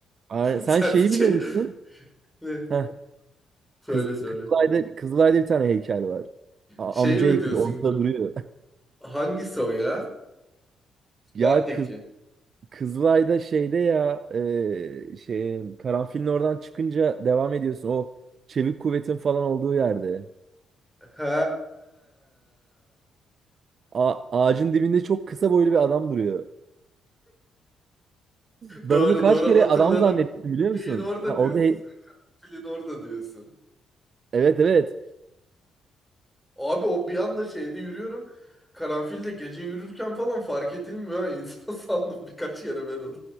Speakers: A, on the right; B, in the centre.
A: Aa,
B: <laughs>
A: sen
B: Selfie
A: şeyi
B: çek.
A: biliyor musun?
B: Ne?
A: Heh,
B: Söyle
A: Kız,
B: söyle.
A: Kızılay'da, Kızılay'da bir tane heykel var. A-
B: Şey
A: amca
B: mi
A: heykeli
B: diyorsun?
A: ortada duruyor. <laughs>
B: Hangisi o ya?
A: Ya
B: Neredeki?
A: kız Kızılay'da şeyde ya e, şey karanfilin oradan çıkınca devam ediyorsun. O çevik kuvvetin falan olduğu yerde.
B: he
A: A- ağacın dibinde çok kısa boylu bir adam duruyor. Ben
B: Doğru
A: onu kaç
B: doğru
A: kere
B: hatırladım.
A: adam zannettim biliyor musun?
B: Şeyin orada
A: Ya orada
B: diyorsun
A: he-
B: sen. Filin orada diyorsun.
A: evet evet.
B: Abi o bir anda şeyde yürüyorum. Karanfilde gece yürürken falan fark edilmiyor. ha. İnsan <laughs> sandım birkaç kere ben onu.